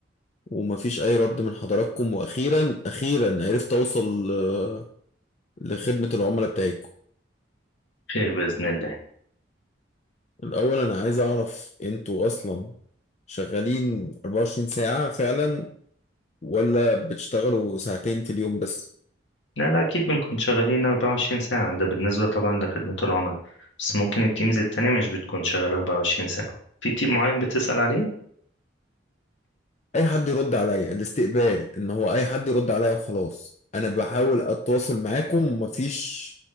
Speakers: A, on the left; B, on the left.
A: ومفيش أي رد من حضراتكم وأخيرا أخيرا عرفت أوصل آه، لخدمة العملاء بتاعتكم
B: خير بإذن الله
A: الأول أنا عايز أعرف أنتوا أصلا شغالين 24 ساعة فعلا ولا بتشتغلوا ساعتين في اليوم بس
B: لا لا أكيد بنكون شغالين 24 ساعة ده بالنسبة طبعا لخدمة العملاء بس ممكن التيمز التانية مش بتكون شغالة 24 ساعة في تيم معين بتسأل عليه؟
A: اي حد يرد عليا الاستقبال ان هو اي حد يرد عليا وخلاص انا بحاول اتواصل معاكم مفيش